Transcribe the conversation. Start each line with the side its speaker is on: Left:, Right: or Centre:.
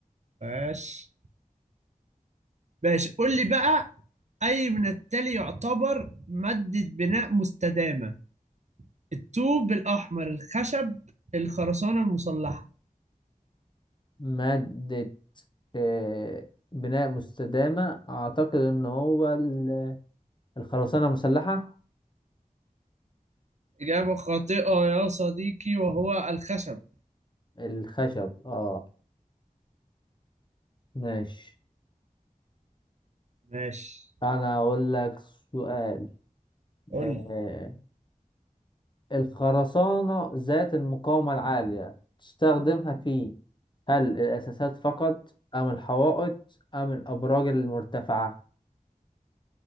Right: ماشي ماشي قول لي بقى أي من التالي يعتبر مادة بناء مستدامة الطوب الأحمر الخشب الخرسانة المسلحة
Left: مادة آه، بناء مستدامة أعتقد إن هو ال- الخرسانة مسلحة
Right: إجابة خاطئة يا صديقي وهو الخشب
Left: الخشب اه ماشي
Right: ماشي
Left: أنا أقول لك سؤال
Right: قول
Left: آه،
Right: لي
Left: الخرسانة ذات المقاومة العالية تستخدمها في هل الأساسات فقط أم الحوائط أم الأبراج المرتفعة